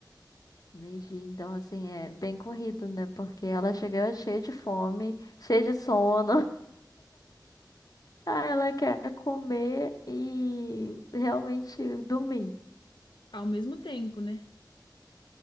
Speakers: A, on the left (about 55°); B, on the left (about 80°).
A: Meio-dia, então, assim, é bem corrido, né? Porque ela chega cheia de fome, cheia de sono. Ah, ela quer comer e realmente dormir.
B: Ao mesmo tempo, né?